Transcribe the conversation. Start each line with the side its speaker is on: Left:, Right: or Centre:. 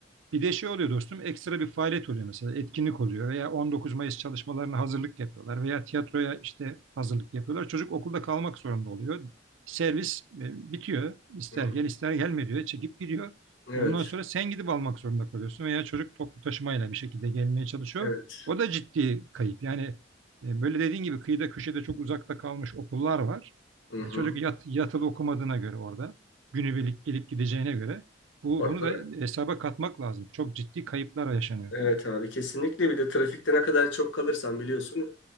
Right: Bir de şey oluyor dostum, ekstra bir faaliyet oluyor mesela, etkinlik oluyor veya 19 Mayıs çalışmalarına hazırlık yapıyorlar veya tiyatroya işte hazırlık yapıyorlar. Çocuk okulda kalmak zorunda oluyor. Servis e, bitiyor. İster
Left: Hı hı.
Right: gel ister gelme diyor. Çekip gidiyor.
Left: Evet,
Right: Ondan sonra sen gidip almak zorunda kalıyorsun veya çocuk toplu taşımayla bir şekilde gelmeye çalışıyor.
Left: evet.
Right: O da ciddi kayıp. Yani e, böyle dediğin gibi kıyıda köşede çok uzakta kalmış okullar var.
Left: Hı hı.
Right: E, çocuk yat, yatılı okumadığına göre orada günübirlik gelip gideceğine göre bu,
Left: Orada.
Right: bunu da hesaba katmak lazım. Çok ciddi kayıplar yaşanıyor.
Left: Evet abi kesinlikle bir de trafikte ne kadar çok kalırsan biliyorsun